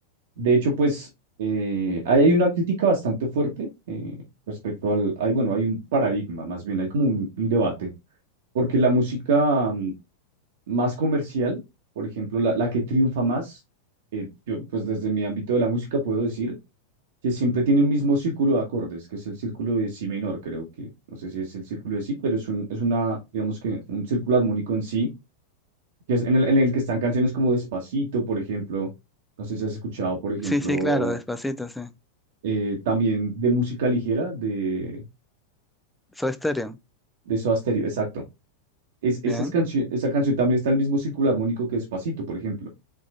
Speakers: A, on the right; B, in the centre.
A: de hecho, pues, eh, ahí hay una crítica bastante fuerte eh, respecto al, hay, bueno, hay un paradigma, más bien, hay como un, un debate, porque la música mm, más comercial, por ejemplo, la, la que triunfa más, eh, yo, pues desde mi ámbito de la música puedo decir que siempre tiene el mismo círculo de acordes, que es el círculo de si menor, creo que, no sé si es el círculo de si, pero es un, es una, digamos que un círculo armónico en sí, que es en el, en el que están canciones como Despacito, por ejemplo, no sé si has escuchado, por ejemplo,
B: Sí, sí, claro, despacito, sí.
A: eh, también de música ligera, de,
B: Soy estéreo,
A: de Soda Stereo, exacto. Es, esas
B: bien.
A: cancio- esa canción también está en el mismo círculo armónico que Despacito, por ejemplo.